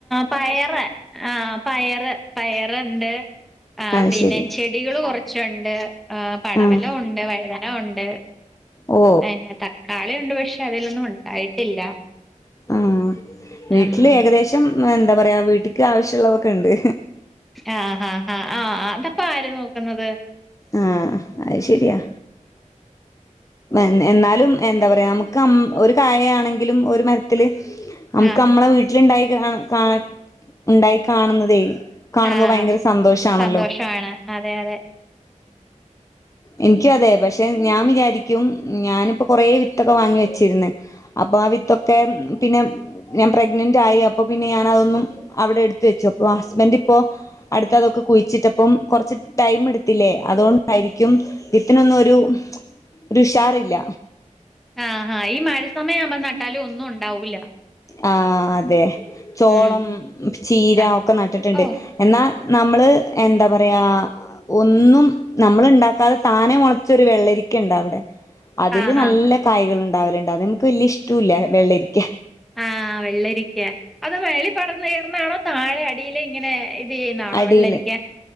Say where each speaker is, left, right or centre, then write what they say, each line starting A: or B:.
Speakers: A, in the centre; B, on the left.
A: പയറ് ആ പയറ് പയറ്ണ്ട്. ആഹ്
B: അത്
A: പിന്നെ
B: ശരി
A: ചെടികള് കൊറച്ചുണ്ട്, ആ പടവലം
B: ആഹ്
A: ഉണ്ട് വഴുതന ഉണ്ട്.
B: ഓ
A: അയന്നെ തക്കാളി ഉണ്ട് പക്ഷെ അതിലൊന്നും ഉണ്ടായിട്ടില്ല.
B: ആഹ് വീട്ടില്
A: ഉം
B: ഏകദേശം എന്താ പറയാ വീട്ട്ക്ക് ആവശ്യള്ളതൊക്കണ്ട്.
A: ആഹ് ആ ആ ആ ആ അതപ്പാ ആര് നോക്ന്നത്?
B: ആഹ് അയ് ശരിയാ. എന്ന എന്നാലും എന്താ പറയാ നമുക്ക് ഒരു കായ യാണെങ്കിലും ഒരു മര ത്തില് അമുക്ക്
A: ആ
B: അമ്മളെ വീട്ടില്ണ്ടായി കാ കാ ഉണ്ടായി കാണുന്നതേയ് കാണുമ്പോ
A: ആ
B: ഭയങ്കര സന്തോഷാണല്ലോ.
A: സന്തോഷാണ് അതെ അതെ.
B: ഇൻക്കും അതെ പക്ഷേ ഞാൻ വിചാരിക്കും ഞാനിപ്പോ കൊറേ വിത്തൊക്കെ വാങ്ങി വച്ചിരുന്ന്. അപ്പൊ ആ വിത്തൊക്കെ പിന്നെ ഞാൻ പ്രെഗ്നന്റ് ആയി അപ്പൊ പിന്നെ ഞാന അതൊന്നും അവിടെ എടുത് വെച്ചു അപ്പോ ഹസ്ബൻന്റ് ഇപ്പോ അടുത്തതൊക്കെ കുഴിച്ചിട്ടപ്പം കൊറച്ച് ടൈമെടുത്തില്ലേ അതുകൊണ്ടായിരിക്കും വിത്തിനൊന്നും ഒരു രുഷാറില്ല
A: ആ ഹാ ഈ മഴ സമയം ആവുമ്പോ നട്ടാല് ഒന്നും ഉണ്ടാവൂല്ല
B: ആ അതെ ചോളം
A: ഉം
B: ചീര
A: ആഹ്
B: ഒക്കെ നട്ടിട്ടുണ്ട്
A: ഓഹ്
B: എന്നാ നമ്മള് എന്താ പറയാ ഒന്നും നമ്മള് ണ്ടാക്കാതെ താനെ മൊളച്ചൊരു വെള്ളരിക്കണ്ടവടെ അതില്
A: ആഹാ
B: നല്ല കായകളുണ്ടാവലുണ്ട് അതെനിക്ക് വല്ല്യ ഇഷ്ട്ടൂല്ല വെള്ളരിക്ക
A: ആ വെള്ളരിക്ക അത് മേളി പടന്ന് കേറൂന്നാണോ താഴെ അടിയിലിങ്ങനെ ചെയുന്നാണോ
B: അടിയില്
A: വെള്ളരിക്ക